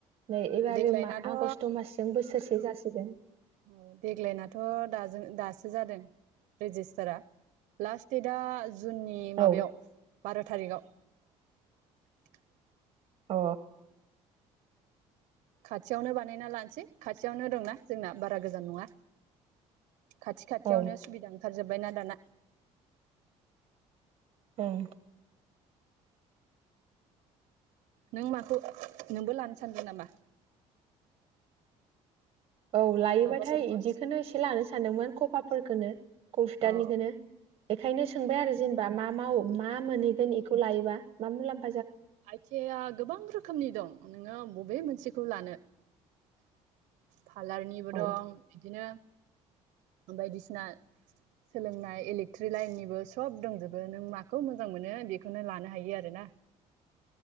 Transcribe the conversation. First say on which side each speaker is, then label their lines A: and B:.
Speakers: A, on the right; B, on the right.
A: नै एबारो
B: देग्लायनाथ'
A: मा आगस्ट' मासजों बोसोरसे जासिगोन।
B: औ देग्लायनाथ' दाजों दासो जादों रेजिस्टारा लास्ट देटआ जुननि
A: औ
B: माबायाव बार' थारिखआव
A: अ
B: खाथियावनो बानायना लानोसै खाथियावनो दंना जोंना बारा गोजान नङा। खाथि खाथियावनो
A: औ
B: सुबिदा ओंखारजोब बायना दाना।
A: ओं
B: नों माखौ, नोंबो लानो सानदों नामा?
A: औ लायोबाथाय
B: माबाफोरखौ
A: इदिखौनो एसे लानो सानदोंमोन कफाफोरखौनो कम्पिटारनिखौ
B: औ
A: बेखायनो सोंबाय आरो जेनेबा मा माव मा मोनहैगोन बेखौ लायोबा मा मुलाम
B: आइ थि आइ या गोबां रोखोमनि दं नोङो बबे मोनसेखौ लानो? पार्लारनिबो
A: औ
B: दं बिदिनो बायदिसिना सोलोंनाय इलेक्ट्रिक लाइननिबो सब दंजोबो नों माखौ मोजां मोनो बेखौनो लानो हायो आरोना।